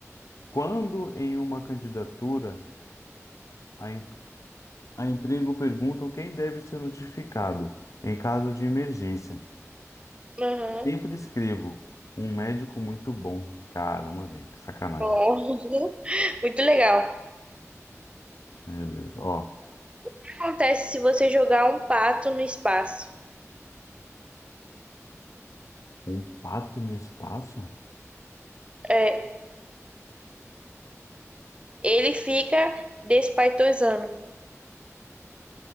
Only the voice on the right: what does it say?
Aham.
Bom. <laughs> Muito legal. O
que acontece se você jogar um pato no espaço?
É, ele fica despaitosando.